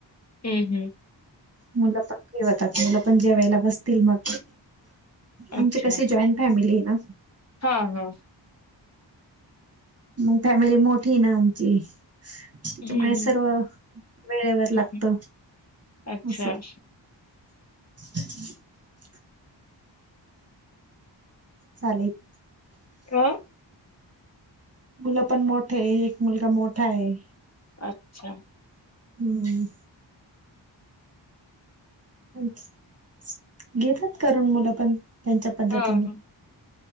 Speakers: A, on the left (about 35°); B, on the right (about 30°).
A: हं, हं.
B: मुलं पण फ्रि होतात मुलं पण जेवायला बसतील मग. आमचे
A: अच्छा.
B: कसे जॉईंट फॅमिली आहे ना.
A: हां, हां.
B: मग फॅमिली मोठी ना आमची. त्यामुळे
A: हं,
B: सर्व
A: हं.
B: वेळेवर लागत
A: हं. अच्छा.
B: असं <inaudible> चलायच
A: अ?
B: मुलं पण मोठे आहे एक मुलगा मोठा आहे.
A: अच्छा.
B: हम्म च घेतात करून मुलं पण त्यांच्या पद्धतीने
A: हां, हां.